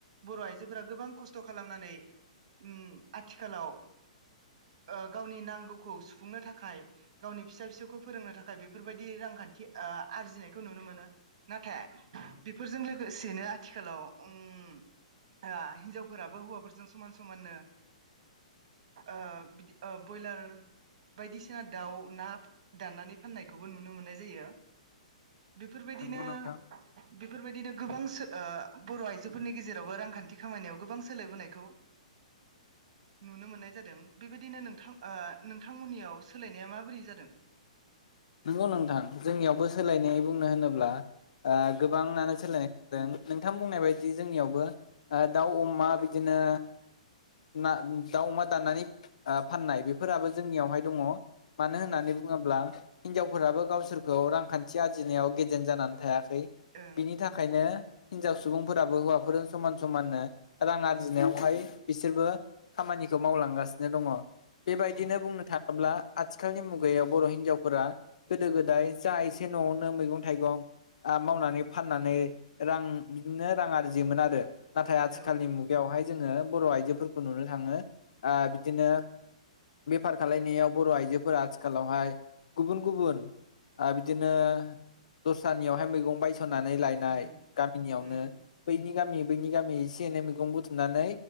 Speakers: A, on the right (about 55°); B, on the left (about 70°).
A: बर आइजोफोरा गोबां खस्थ खालामनानै उम आथिखालाव, ओ गावनि नांगौ खौ सुफुंनो थाखाय, गावनि फिसा फिसौखौ फोरोंनो थाखाय बेफोरबायदि रांखान्थि ओ आरजिनायखौ नुनो मोनो। नाथाय बेफोरजों लोगोसेनो आथिखालाव ओम हिनजावफोराबो हौवाफोरजों समान समाननो ओ बिदि बयलार बायदिसिना दाउ ना दाननानै फाननायखौबो नुनो मोननाय जायो। बेफोरबायदिनो
B: नंगौ नोंथां
A: बेफोरबायदिनो गोबां सो ओ बर आइजोफोरनि गेजेरावबो रांखान्थि खामानियाव गोबां सोलायबोनायखौ नुनो मोननाय जादों। बेबायदिनो नोंथां ओ नोंथांमोननियाव सोलायनाया माबोरै जादों?
B: नंगौ नोंथां जोंनियावबो सोलायनाय बुंनो होनोब्ला। ओ गोबाङानो
A: औ
B: सोलायनाय दों। नोंथां बुंनाय बायदि जोंनियावबो ओ दाउ अमा बिदिनो। ना दाउ अमा दाननानै ओ फाननाय बेफोराबो जोंनियावहाय दंङ। मानो
A: औ
B: होननानै बुङोब्ला? हिनजावफोराबो गावसोरखौ रांखान्थि आरजिनायाव गेजेन जानानै थायाख खै
A: ओं
B: बिनि थाखायनो हिनजाव सुबुंफोराबो हौवाफोर समान समाननो रां आरजिनायावहाय। बिसोरबो खामानिखौ मावलांगासिनो दंङ। बेबायदिनो
A: औ
B: बुंनो थांङ ब्ला आथिखालनि मुगायाव बर हिनजावफोरा, गोदो गोदाय जा एसे नआवनो मैगं थाइगं ओ मावनानै फाननानै रां बिदिनो रां आरजियोमोन आरो। नाथाय आथिखालनि
A: औ
B: मुगायावहाय जोङो बर आइजो जोफोरखौ नुनो‌ थांङो, ओ‌ बिदिनो बेफार खालामनायाव बर आइजोफोरा आथिखालावहाय। गुबुन गुबुन ओ बिदिनो दस्रानियावहाय मैगं बायस होनानै लायनाय,
A: उम
B: गामिनियावनो
A: उम
B: बैनि गामि बैनि गामि एसे एनै मैगं बुथुमनानै।